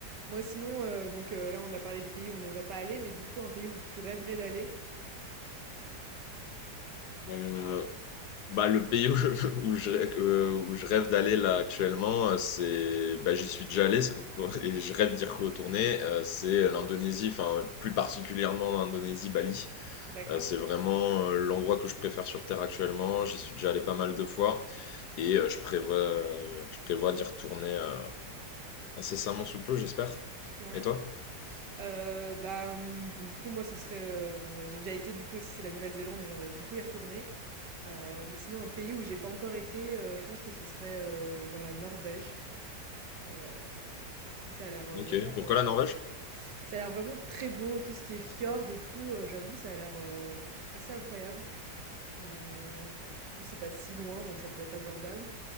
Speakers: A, on the right; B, on the left.
A: Moi sinon, heu, donc, heu, là on a parlé des pays où on n'aimerait pas aller, mais du coup un pays où tu rêverais d'aller?
B: Euh, bah, le pays où je, <laughs> où je, rê- euh, où je rêve d'aller là actuellement, euh, c'est bah, j'y suis déjà allé c'est pour- <laughs> et je rêve d'y retourner. euh, c'est l'Indonésie, enfin plus particulièrement l'Indonésie, Bali.
A: D'accord,
B: Euh, c'est vraiment euh, l'endroit que je préfère sur Terre actuellement. J'y suis déjà allé pas mal de fois et euh, je prévois, euh, je prévois d'y retourner euh, incessamment sous peu, j'espère.
A: ouais.
B: Et toi?
A: Heu, bah, mmh, bon, du coup, moi, ce serait, heu, bon, j'ai déjà été, du coup, aussi, c'est la Nouvelle-Zélande et j'aimerais beaucoup y retourner. Heu, mais sinon, un pays où j'ai pas encore été, heu, je pense que ce serait, heu, genre la Norvège. Heu, parce que ça a l'air, heu,
B: Ok.
A: vraiment,
B: Pourquoi la
A: heu,
B: Norvège?
A: ça a l'air vraiment très beau, tout ce qui est fjord et tout, heu, j'avoue, ça a l'air, heu, assez incroyable. Heu, en plus, c'est pas si loin, donc ça peut être abordable.